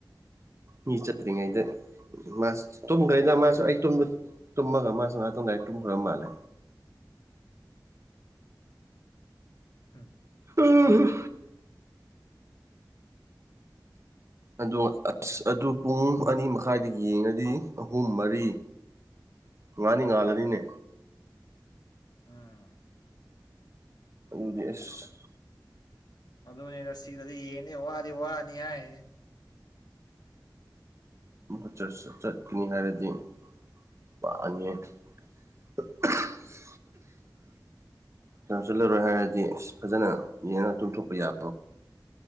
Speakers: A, on the right; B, on the left.
A: ꯃꯤ ꯆꯠꯇꯔꯤꯉ ꯏꯗꯤ ꯃꯥꯁ ꯇꯨꯝꯈ꯭ꯔꯦꯗ ꯃꯥꯁꯨ ꯑꯩ ꯇꯨꯝꯃꯒ ꯃꯥꯁꯨ ꯉꯥꯏꯍꯥꯛꯇꯣꯡꯗꯥꯏ ꯇꯨꯝꯈ꯭ꯔ ꯃꯥꯜꯂꯦ
B: ꯎꯝ
A: ꯎ ꯑ ꯑꯁ ꯑꯗꯨ ꯄꯨꯡ ꯑꯅꯤ ꯃꯈꯥꯏꯗ ꯌꯦꯡꯉꯗꯤ ꯑꯍꯨꯝ ꯃꯔꯤ ꯉꯅꯤ ꯉꯥꯜꯂꯅꯤꯅꯦ
B: ꯎꯝ
A: ꯎꯗꯤꯁ
B: ꯑꯗꯨꯅꯦꯅ ꯁꯤꯗꯗꯤ ꯌꯦꯡꯅꯤ ꯋꯥꯗꯤ ꯋꯥꯅꯤ ꯍꯥꯏ
A: ꯨ ꯆꯠꯈꯤꯅꯤ ꯍꯥꯏꯔꯗꯤ <unintelligible> ꯅꯪ ꯆꯠꯂꯔꯣꯏ ꯍꯥꯏꯔꯗꯤ ꯑꯁ ꯐꯖꯅ ꯌꯦꯡꯉꯒ ꯇꯨꯝꯊꯣꯛꯄ ꯌꯥꯕ